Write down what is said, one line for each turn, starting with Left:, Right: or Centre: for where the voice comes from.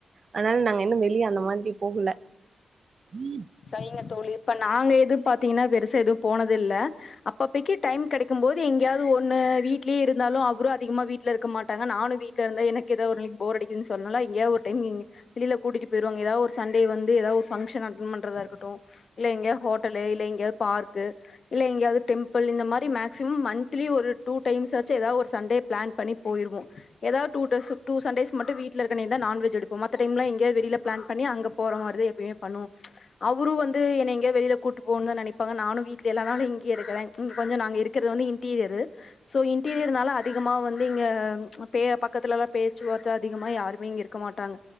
Right: அதனால நாங்க இன்னு வெளிய அந்த மாதிரி போகல ஈ
Left: சரிங்க தோழி இப்ப நாங்க எது பாத்தீங்கனா பெருசா எதுவு போனதில்ல அப் பப்பக்கி டைம் கெடைக்கும் போது எங்கெயாவ்து ஒன்னு வீட்லே இருந்தாலு அவ்ரு அதிகமா வீட்ல இருக்க மாட்டாங்க நானு வீட் ட்ல இருந்தா எனக்கு எதா ஒரு நாளைக்கி போர் அடிக்குதுன் சொன்னாலா எங்கெயாவ்து ஒரு டைம் இங்க வெளில கூட்டிட்டு போயிருவாங்க எதா ஒரு சண்டே வந்து எதா ஒரு ஃபங்க்ஷன் அட்டன் பண்றதா இருக்கட்டு இல்ல எங்கயா ஹோட்டலு இல்ல எங்கயாது பார்க்கு இல்ல எங்கெயாவ்து டெம்பிள் இந்த மாரி மேக்சிமம் மந்த்லி ஒரு டூ டைம்ஸ் ஆச்சு எதா ஒரு சண்டே பிளான் பண்ணி போய்ருவோ எதாவ்து டூடஸ் டூ சண்டேஸ் மட்டு வீட்லருக்க அன்னைக்குதா நான்வெஜ் எடுப்போ மத்த டைம்லா எங்கெயாது வெளில பிளான் பண்ணி அங்க போற மாரிதே இப்டியே பண்ணுவோ அவுரு வந்து என்னைய எங்கெயா வெளில கூட்டு போணு தா நெனைப்பாங்க நானு வீட்ல எல்லா நாளு இங்கயே இருக்குறேன் இங்க கொஞ்ச நாங்க இருக்கிறது வந்து இன்டீரியரு ஸோ இன்டீரியர்னால அதிகமா வந்து இங்க அ பேற பக்கத்துலதா பேச்சுவார்த்த அதிகமா யாருமே இங்க இருக்க மாட்டாங்க